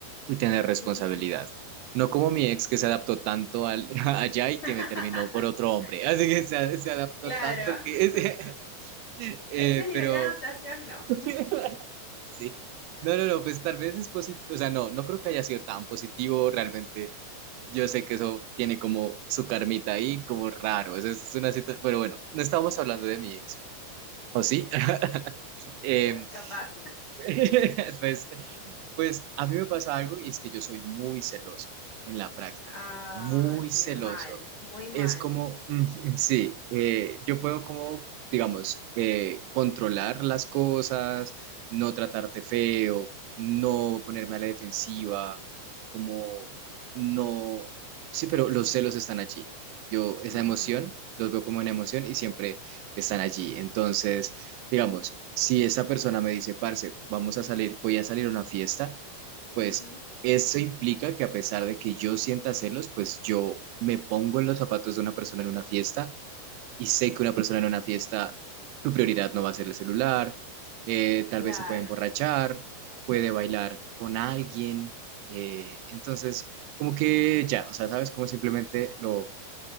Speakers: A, on the right (about 80°); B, on the left (about 85°).
A: y tener responsabilidad.
B: Ujú.
A: No como mi ex que se adaptó tanto al, <laughs> allá y
B: <laughs>
A: que me terminó por otro hombre. <laughs> Así que se, se adaptó
B: Claro.
A: tanto que... <laughs> eh,
B: Ese nivel
A: pero
B: de adaptación no,
A: <laughs> Sí. No, no, no, pues tal vez es positivo, o sea, no, no creo que haya sido tan positivo, realmente yo sé que eso tiene como su carmita ahí, como raro, eso es una situación, pero bueno, no estábamos hablando de mi ex, ¿o sí? <laughs> Em,
B: <laughs> capaz.
A: <laughs> pues, pues a mí me pasa algo y es que yo soy muy celoso en la práctica,
B: Ay,
A: muy
B: qué
A: celoso,
B: mal, muy mal.
A: es como, mm, mm, sí, eh, yo puedo como, digamos, eh, controlar las cosas, no tratarte feo, no ponerme a la defensiva, como no, sí, pero los celos están allí. Yo esa
B: Mm,
A: emoción, los veo como una emoción y siempre están allí. Entonces, digamos, si esa persona me dice, parce, vamos a salir, voy a salir a una fiesta pues
B: ujú.
A: eso implica que a pesar de que yo sienta celos, pues yo me pongo en los zapatos de una persona en una fiesta y sé que una persona en una fiesta, su prioridad no va a ser el celular, eh, tal
B: Claro,
A: vez se puede emborrachar, puede bailar con alguien, eh, entonces como que ya, o sea, sabes, como simplemente lo